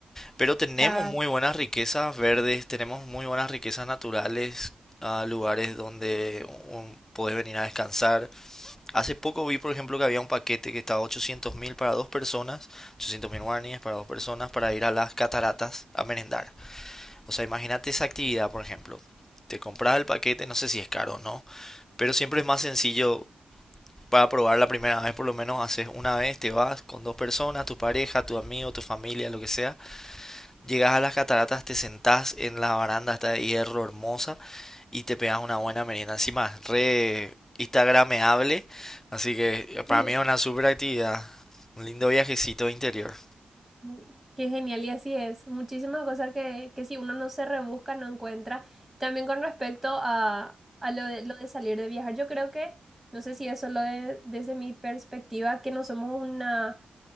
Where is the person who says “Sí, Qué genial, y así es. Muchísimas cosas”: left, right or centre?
Centre